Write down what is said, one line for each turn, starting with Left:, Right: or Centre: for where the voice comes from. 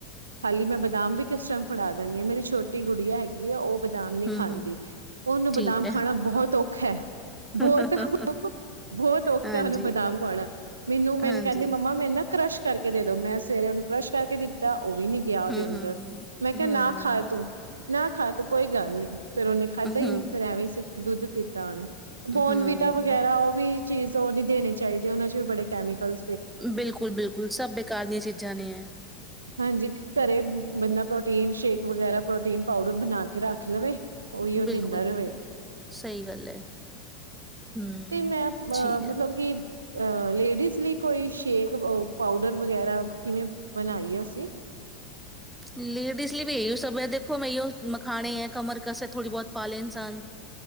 Right: ਖਾਲੀ ਮੈਂ ਬਦਾਮ ਵੀ ਕਿਸ ਟਾਈਮ ਫੜਾ ਦਿੰਦੀ ਹਾਂ ਮੇਰੀ ਛੋਟੀ ਗੁੜੀਆ ਹੈਗੀ ਆ ਉਹ ਬਦਾਮ ਨਹੀਂ
Centre: ਹੂੰ
Right: ਖਾਂਦੀ
Centre: ਹੂੰ
Right: ਉਹਨੂੰ ਬਦਾਮ
Centre: ਠੀਕ
Right: ਖਾਣਾ ਬਹੁਤ ਔਖਾ ਖੇਰ
Centre: ਹੈ
Right: ਬਹੁਤ, ਬਹੁਤ ਔਖਾ
Centre: ਹਾਂਜੀ,
Right: ਉਹਨੂੰ ਬਦਾਮ ਖਵਾਉਣਾ ਮੈਨੂ, ਮੈਨੂੰ
Centre: ਹਾਂਜੀ,
Right: ਕਹਿੰਦੀ ਮੰਮਾ ਮੈ ਨਾ ਕ੍ਰਸ਼ ਕਰਕੇ ਦੇ ਦੋ ਮੈਂ ਸਵੇਰੇ ਉਹਨੂੰ ਕ੍ਰਸ਼ ਕਰਕੇ ਦਿੱਤ ਉਹ ਵੀ ਨੀ ਗਿਆ ਉਹਦੇ
Centre: ਹੂੰ,
Right: ਅੰਦਰ
Centre: ਹੂੰ,
Right: ਮੈਂ ਕਿਹਾ
Centre: ਹੂੰ,
Right: ਨਾ ਖਾ ਤੂੰ ਨਾ ਖਾ ਤੂੰ ਕੋਈ ਗੱਲ ਨੀ ਫੇਰ ਉਹਨੇ ਖਾਧਾ
Centre: ਹੂੰ,
Right: ਹੀ ਨੀ ਫੇਰ ਐਵੇਂ ਦੁੱਧ ਪੀਤਾ ਉਹਨੇ ਬੋਨਵੀਟਾ
Centre: ਹੂੰ,
Right: ਵਗੈਰਾ ਉਹ ਵੀ ਚੀਜ਼ ਉਹ ਨੀ ਦੇਣੀ ਚਾਹੀਦੀ ਉਹਨਾਂ ਚ ਵੀ ਬੜੇ ਕੈਮੀਕਲ
Centre: ਬਿਲਕੁਲ-ਬਿਲਕੁਲ ਸਭ ਬੇਕਾਰ ਦੀਆਂ ਚੀਜ਼ਾਂ ਨੇ ਹੈ
Right: ਹਾਂਜੀ ਘਰੇ ਬੰਦਾ ਪ੍ਰੋਟੀਨ ਸ਼ੇਕ ਵਗੈਰਾ ਪ੍ਰੋਟੀਨ ਪਾਊਡਰ ਬਣਾ ਕੇ ਰੱਖ ਲਵੇ ਉਹੀਓ ਦਿੰਦਾ
Centre: ਬਿਲਕੁਲ-ਬਿਲਕੁਲ
Right: ਰਵੇ
Centre: ਸਹੀ ਗੱਲ ਹੈ ਹਮ
Right: ਤੇ ਮੈਂ ਅ
Centre: ਠੀਕ
Right: ਮਤਲਬ
Centre: ਹੈ
Right: ਕਿ ਅ ਲੇਡੀਜ਼ ਲਈ ਕੋਈ ਸ਼ੇਕ ਪਾਊਡਰ ਵਗੈਰਾ ਕਿਵੇਂ ਬਣਾਈ ਅਸ ਜ- <unintelligible>
Centre: ਲੇਡੀਜ਼ ਲਈ ਵੀ ਇਹੀ ਸਭ ਹੈ ਦੇਖੋ ਮੈਂ ਮਖਾਣੇ ਹੈ ਕਮਰ ਕਸ ਹੈ ਥੋੜ੍ਹੀ ਬਹੁਤ ਪਾਲੇ ਇਨਸਾਨ